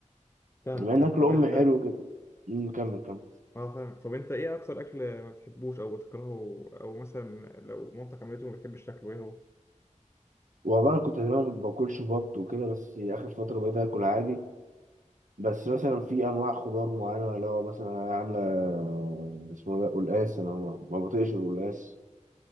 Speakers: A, on the left (about 20°); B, on the right (about 80°).
A: فاهم
B: بما إن
A: فاهم
B: أكل
A: طب
B: أمي
A: انت
B: حلو كده أمم، كمل كمل
A: اه فاهم طب انت ايه اكتر اكل ما بتحبوش او بتكرهه او مثلا لو مامتك عملته ما بتحبش تاكله ايه هو
B: والله أنا كنت زمان ما باكلش بط وكده بس آخر فترة بقيت آكل عادي بس مثلا في انواع خضار معينه اللي هو مثلا عامله آه، اسمه ده قلقاس انا ما ما بطيقش القلقاس